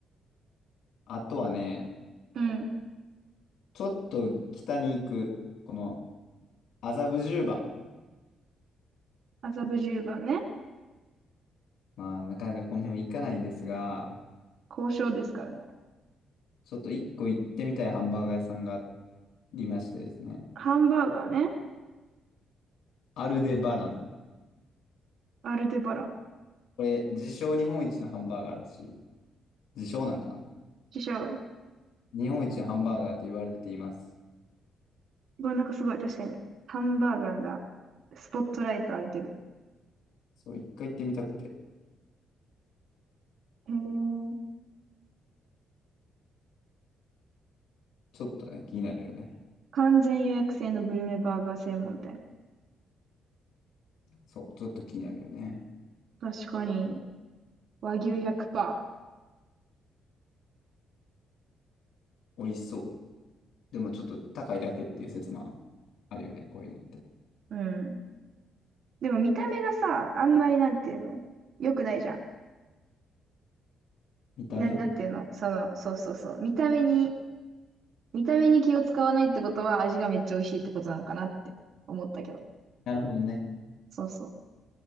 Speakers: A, on the left; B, on the right.
A: あとはね、
B: うん。
A: ちょっと北に行く、この麻布十番。
B: 麻布十番ね。
A: まあ、なかなかこの辺は行かないんですが、
B: 交渉ですからね。
A: ちょっと一個行ってみたいハンバーガー屋さんがありましてですね。
B: ハンバーガーね。
A: アルデバラン。
B: アルデバラン。
A: これ、自称日本一のハンバーガーらしい。自称なんかな
B: 師匠。
A: 日本一のハンバーガーと言われています。
B: これなんかすごい確かに、ハンバーガーがスポットライト浴びてる。
A: そう、一回行ってみたくて。
B: へえ。
A: ちょっとね、気になるよね。
B: 完全予約制のグルメバーガー専門店。
A: そう、ちょっと気になるよね。
B: 確かに、和牛100%。
A: 美味しそう。でもちょっと高いだけっていう説もあるよね、こういうのって。
B: うん。でも見た目がさ、あんまりなんていうの良くないじゃ
A: 見た目
B: ん。な、なんていうのその、そうそうそう。見た目に、見た目に気を使わないってことは味がめっちゃ美味しいってことなのかなって思ったけど。
A: なるほどね。
B: そうそう。